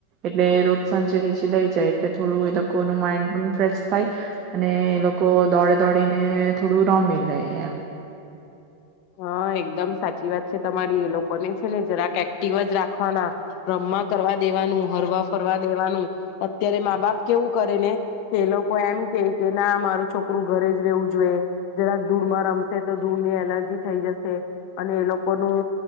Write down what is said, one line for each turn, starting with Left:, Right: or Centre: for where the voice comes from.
Right: એટલે રોજ સાંજે નીચે લઈ જાય. એટલે થોડું એ લોકોનું માઇન્ડ પણ ફેશ થાય અને એ લોકો દોડે દોડીને થોડું રમી લે એમ.
Left: હા એકદમ સાચ. ચી વાત છે તમારી એ લોકોને છે ને જરાક એક્ટિવ જ રાખવાના રમવા કરવા દેવાનું હરવા ફરવા દેવાનું અત્યારે મા બાપ કેવું કરે ને કે એ લોકો એમ કે કે ના મારું છોકરું ઘરે જ રહેેવું જોઈએ, જરાક ધૂળમાં રમશે તો ધૂળની એલર્જી થઈ જશે. અને એ લોકો ન